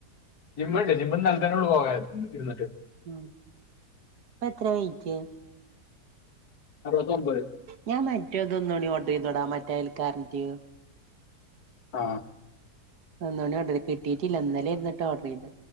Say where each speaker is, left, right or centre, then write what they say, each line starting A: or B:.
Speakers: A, on the left (about 65°); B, on the right (about 70°).
A: ജിമ്മ് ണ്ട്, ജിമ്മ് ഇന്നലെ തന്നെ പോകാതിര് ഇര്ന്നിട്ട്.
B: ഉം ഇപ്പെത്രെ വെയിറ്റ്?
A: അറുപത്തി ഒമ്പത്.
B: ഞാൻ മറ്റേതൊന്നൂടി ഓർഡർ ചെയ്തടാം മറ്റേ അയൽ കാരന്റിയും -
A: ആഹ്
B: ഒന്നൂടി ഓർഡർ കിട്ടീട്ടില്ല ഇന്നലേര്ന്നുട്ടോ ഓർഡർ ചെയ്ത്.